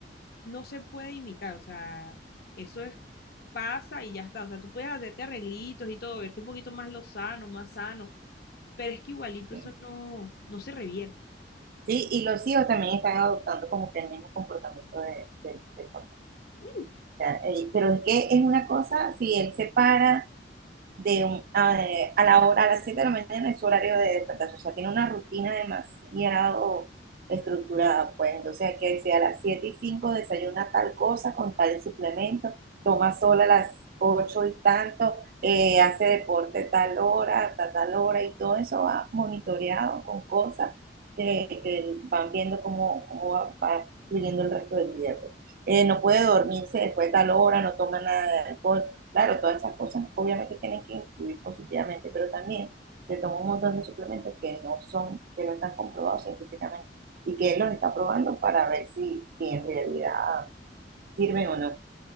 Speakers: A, on the left (about 60°); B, on the right (about 55°).
A: no se puede imitar, o sea, eso es, pasa y ya está, o sea, tú puedes hacerte arreglitos y todo, verte un poquito más lozano, más sano, pero es que igualito
B: Sí,
A: eso no, no se revierte.
B: Sí, y los hijos también están adoptando como que el mismo comportamiento de- de, del papá. O
A: Mm,
B: sea, eh, Pero es que es una cosa, si él se para de un- a, a la hora, a las 7 de la mañana es su horario de despertar, o sea, tiene una rutina demasiado estructurada, pues entonces hay que decir a las siete y cinco desayuna tal cosa con tal suplemento, toma sol a las 8 y tanto, eh, hace deporte tal hora, hasta tal hora y todo eso va monitoreado con cosas que, que van viendo cómo, cómo va, va fluyendo el resto del día. pues. Eh, no puede dormirse después de tal hora, no toma nada de alcohol Claro, todas esas cosas obviamente tienen que influir positivamente, pero también se toma un montón de suplementos que no son, que no están comprobados científicamente y que él los está probando para ver si, si en realidad sirven o no.